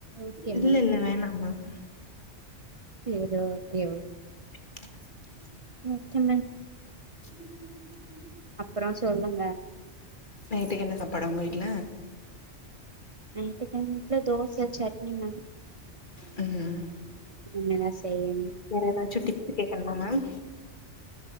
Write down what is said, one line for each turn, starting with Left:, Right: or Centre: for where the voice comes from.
Right: ஓகே
Left: இல்ல
Right: மேம்
Left: இல்ல வேணா மேம்
Right: சேரி ஓகே மேம்
Left: ஹ <unintelligible>
Right: ஓகே மேம்
Left: உ <unintelligible>
Right: அப்பறோ சொல்லுங்க
Left: நைட்டுக்கு என்ன சாப்பாடு உங்க வீட்ல
Right: நைட்டுக்கு எங்க வீட்ல தோச சட்னி மேம்
Left: ம்
Right: இனிமே தா செய்யனு
Left: வேற ஏதாச்சு டிப்பு கேக்கணுமா மேம்